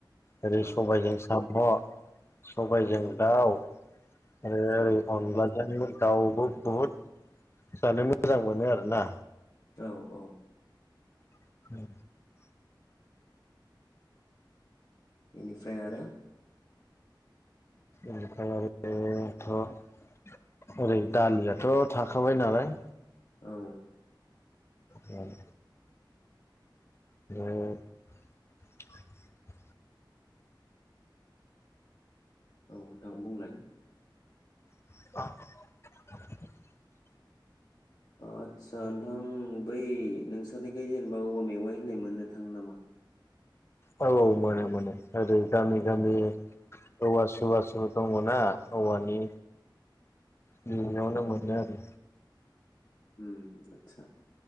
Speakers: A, on the left; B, on the left.
A: ओरै
B: औ
A: सबाइजों साम' सबायजों दाउ आरो
B: औ
A: ओरै अनला लाजोंबो दाउबो बहुत जानो मो जां मोनो आरोना।
B: औ औ।
A: <inaudible>
B: एनिफ्राय आरो
A: ओनिफ्राय आरो बेथ' ओरै दालियाथ' थाखाबाय नालाय
B: औ
A: उम <unintelligible>
B: औ नोंथां बुंलाय
A: <inaudible>
B: आदसा नोंथां बै नोंसोरनिखै जेनेबा औवा मेवाइ होननाय मोननो थाङो नामा?
A: औ मोनो मोनो ओरै गामि गामि
B: औ
A: औवा सुबा सुबा दङना औवानि बियावनो मोनो आरो।
B: ओम आतसा